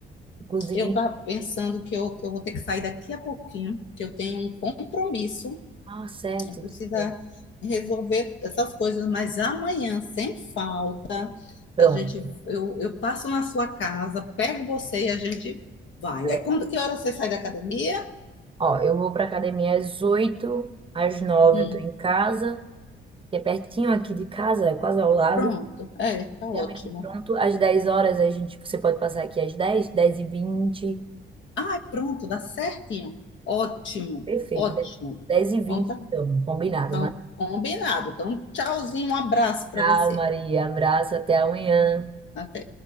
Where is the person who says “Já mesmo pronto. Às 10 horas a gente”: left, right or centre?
Right